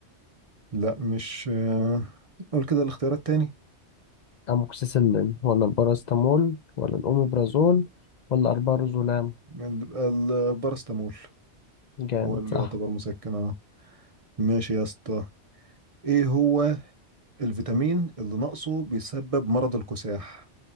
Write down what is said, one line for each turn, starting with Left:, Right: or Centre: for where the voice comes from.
Right: لا مش آه، قول كده الاختيار التاني
Left: أموكسيسيلين ولا الباراسيتامول ولا الأوميبرازول ولا الأربازولام
Right: بيبقى البارستامول
Left: جامد
Right: هو اللي
Left: صح
Right: يعتبر مسكن اه ماشي يا اسطى ايه هو الفيتامين اللي ناقصه بيسبب مرض الكساح